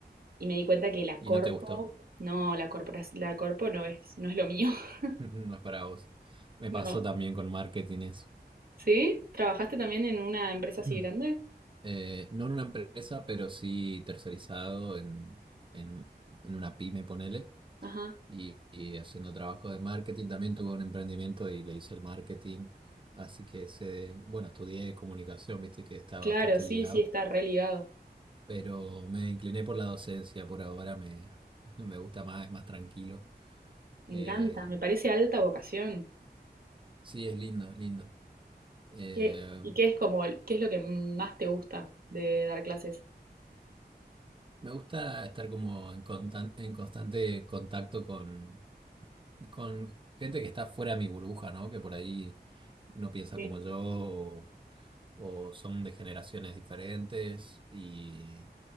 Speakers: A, on the right; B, on the right.
A: y me di cuenta que la
B: Y
A: corpo,
B: no te gustó.
A: no, la corpora- la corpo no es, no es lo mío. <laughs>
B: <laughs> No es para vos. Me
A: No.
B: pasó también con marketing eso.
A: ¿Sí? ¿Trabajaste también en una empresa así
B: Mm.
A: grande?
B: Eh, no en una empresa, pero sí tercerizado en, en, en una pyme, ponele.
A: Ajá.
B: Y, y haciendo trabajo de marketing. También tuve un emprendimiento y le hice el marketing. Así que se bueno, estudié comunicación, viste que estaba
A: Claro,
B: bastante
A: sí,
B: ligado.
A: sí, está re ligado.
B: Pero me incliné por la docencia por ahora. Me, <laughs> me gusta más, es más tranquilo. Eh,
A: Me encanta, me parece alta vocación.
B: Sí, es lindo, es lindo. Eh,
A: ¿Qué, y qué es como, qué es lo que más te gusta de dar clases?
B: me gusta estar como en, constan- en constante contacto con, con gente que está fuera de mi burbuja, ¿no? Que por ahí no piensa
A: Sí.
B: como yo o, o son de generaciones diferentes y